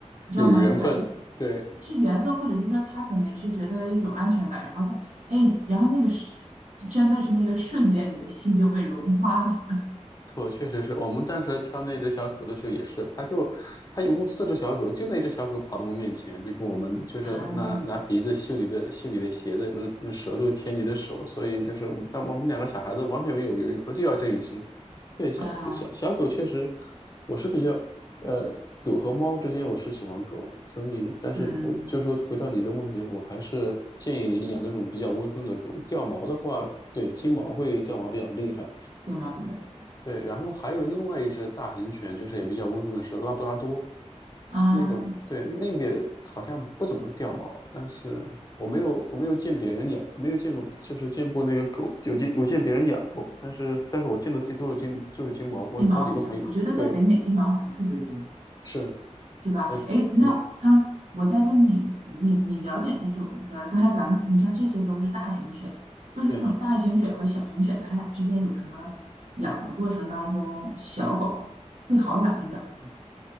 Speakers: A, on the right; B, on the left.
A: 你知道吗？
B: 有缘分，
A: 就感觉
B: 对。
A: 是缘分，或者是说它可能也是觉得一种安全感，然后它哎，然后那个是真的是那个瞬间，你的心就被融化了。
B: 错，确实是我们当时挑那只小狗的时候也是，它就它一共四只小狗，就那只小狗跑到我们面前，就跟我们就是拿拿鼻子嗅你的嗅你的鞋子，
A: 嗯
B: 嗯，嗯舌头舔你的手，所以就是我们但我们两个小孩子完全没有犹豫，说就要这一只。对，小小小狗确实，
A: 啊
B: 我是比较呃狗和猫之间我是喜欢狗，所以但是我就说回到你的问题，
A: 嗯，
B: 我还是建议你养那种比较温顺的狗，掉毛的话，对，金毛会掉毛比较厉害。
A: 对吗？比较厉害。
B: 对，然后还有另外一只大型犬，就是也比较温顺的是拉布拉多，
A: 啊，
B: 那种，对，那个好像不怎么掉毛，但是我没有我没有见别人养，没有见过，就是见过那个狗，有见有见别人养过，但是但是我见的最多的金就是金毛，我有好几个朋友，
A: 金毛比较，我觉得在北美金毛好像特别多，
B: 对，是
A: 是吧？
B: 我对
A: 哎，那刚我再问你，你你了解那种那个刚才咱们你像这些都是大型犬，就是这种大型犬和小型犬，
B: 对，
A: 它俩之间有什么养的过程当中，小狗会好养一点儿吗？